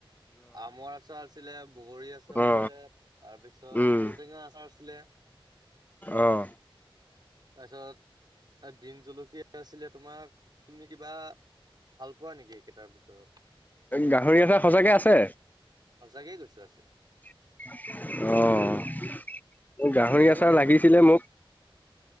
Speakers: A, on the right; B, on the left.
A: আমৰ আচাৰ আছিলে, বগৰী আচাৰ
B: অ অ
A: আছিলে, তাৰপিছত
B: উম
A: ঔটেঙা আচাৰ আছিলে <inaudible>
B: অহ
A: তাৰপিছত বিন জলকীয়া আছিলে তোমাক তুমি কিবা ভাল পোৱা নেকি এইকেইটাৰ ভিতৰত?
B: গাহৰি আচাৰ সঁচাকে আছে?
A: সঁচাকে কৈছোঁ আছে
B: অহ গাহৰি
A: লাগিব
B: আচাৰ
A: নেকি
B: লাগিছিলে
A: বাৰু?
B: মোক